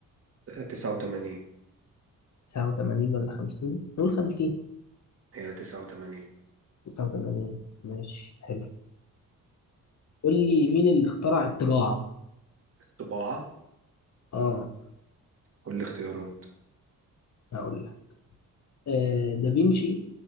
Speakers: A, on the right; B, on the left.
A: 89
B: 89 ولا 50 نقول 50
A: هي 89
B: 89 ماشي حلو قول لي مين اللي اخترع الطباعة
A: طباعة
B: اه
A: قول لي اختيارات
B: هقول لك آه دافينشي